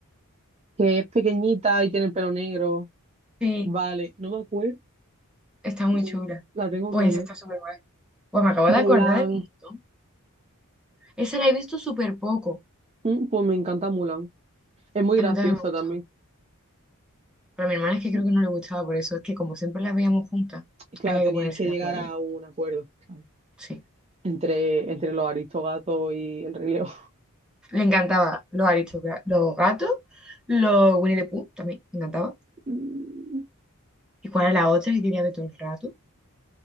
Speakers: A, on the right (about 30°); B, in the centre.
A: Que es pequeñita y tiene el pelo negro.
B: Sí,
A: Vale, no me acuerdo.
B: está muy
A: Mm,
B: chula.
A: La tengo
B: Pues
A: que ver.
B: esa está súper guay. Pues me acabo
A: Mulan.
B: de acordar de mi montón. Esa la he visto súper poco.
A: Mm, Pues me encanta Mulan. Es muy
B: A
A: graciosa
B: mí también me ha gustado.
A: también.
B: Pero a mi hermana es
A: Sí.
B: que creo que no le gustaba, por eso es que como siempre la veíamos juntas,
A: Y Claro,
B: había
A: teníais
B: que ponerse
A: que llegar
B: de acuerdo.
A: a un acuerdo, claro,
B: Sí.
A: entre, entre los Aristogatos y el Rey León.
B: Le encantaba los aristocratas, los gatos, los Winnie the Pooh también, le encantaba.
A: Mm.
B: ¿Y cuál era la otra que quería ver todo el rato?